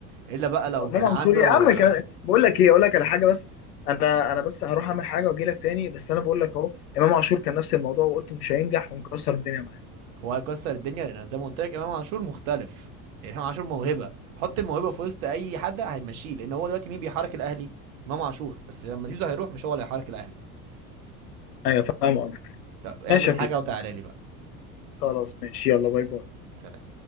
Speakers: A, on the right; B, on the left.
A: الا بقى لو
B: هو امام
A: كان
B: عاشور
A: عنده
B: يا
A: آه،
B: عم كان- بقول لك ايه اقول لك على حاجه بس انا انا بس هروح اعمل حاجه واجي لك تاني بس انا بقول لك اهو امام عاشور كان نفس الموضوع وقلت مش هينجح ومكسر الدنيا معانا
A: هو هيكسر الدنيا لان زي ما قلت لك امام عاشور مختلف امام عاشور موهبه حط الموهبه في وسط اي حد هيمشيه لان هو دلوقتي مين بيحرك الاهلي امام عاشور بس لما زيزو هيروح مش هو اللي هيحرك الاهلي
B: ايوه فاهم قصدك
A: طب اعمل
B: ماشي يا
A: حاجه
B: بيتر
A: وتعالى لي بقى
B: خلاص ماشي يلا باي باي
A: سلام